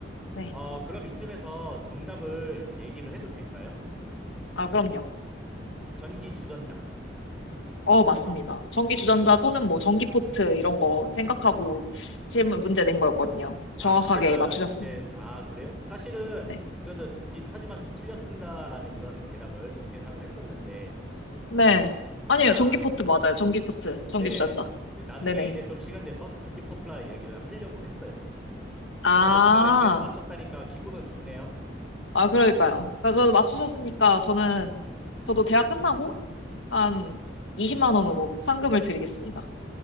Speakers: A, on the left (about 75°); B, in the centre.
A: 네.
B: 어, 그럼 이쯤에서 정답을 얘기를 해도 될까요?
A: 아, 그럼요.
B: 전기 주전자.
A: 어, 맞습니다. 전기 주전자 또는 뭐 전기 포트 이런 거 생각하고 질문 문제 낸 거였거든요.
B: 아,
A: 정확하게
B: 사실은
A: 맞추셨습니다.
B: 이제, 아, 그래요? 사실은
A: 네.
B: 이것도 비슷하지만 좀 틀렸습니다라는 이런 대답을 좀 예상을 했었는데,
A: 네. 아니에요.
B: 아,
A: 전기 포트 맞아요. 전기 포트. 전기
B: 네.
A: 주전자.
B: 나중에
A: 네네.
B: 이제 좀 시간 돼서 전기포트라 이야기를 하려고 했어요.
A: 아,
B: 아무튼 간에 그래도 맞췄다니까 기분은 좋네요.
A: 아, 그러니까요. 그러니까 저도 맞추셨으니까 저는, 저도 대학 끝나고 한 20만 원으로 상금을 드리겠습니다.